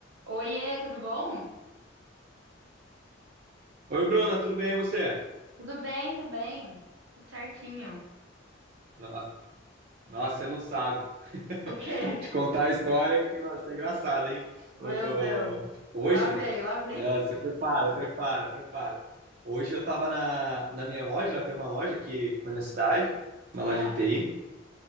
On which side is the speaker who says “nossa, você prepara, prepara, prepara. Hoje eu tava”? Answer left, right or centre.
Right